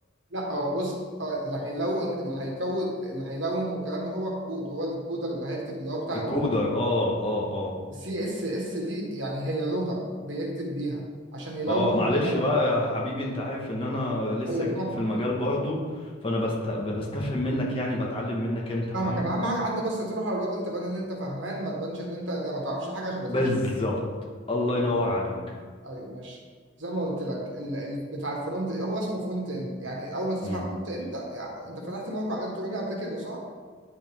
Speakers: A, on the right; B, on the left.
A: لا هو بص آه اللي هيلون اللي هيكود اللي هيلون والكلام ده هو الكود هو اللي الكودر اللي هيكتب اللي هو بتاع
B: الكودر
A: البرمجة
B: اه اه آه.
A: السي اس اس دي يعني هي لغة بيكتب بيها عشان يلون
B: اه معلش
A: بيها
B: بقى يا حبيبي انت عارف ان انا لسه
A: ايوه
B: جديد
A: فاهمك
B: في المجال برضو فانا بست... بستفهم منك يعني بتعلم منك انت
A: فاهمك
B: فاهم
A: انا اهم حاجة عندي بس تروح على الراجل تبان ان انت فاهمان ما تبانش ان انت ما تعرفش حاجة عشان ما يضحكش
B: بالظبط الله ينور عليك
A: ايوه ماشي زي ما قلت لك ال... ال... بتاع الفرونت هو اسمه فرونت اند يعني اول ما تسمع
B: امم
A: فرونت اند يعني انت فتحت موقع الكتروني قبل كده صح؟